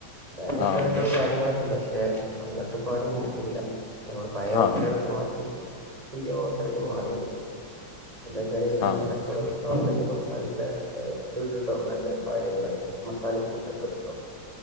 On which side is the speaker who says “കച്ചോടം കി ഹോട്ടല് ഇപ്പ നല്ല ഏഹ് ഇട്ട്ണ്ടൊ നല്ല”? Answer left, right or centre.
Right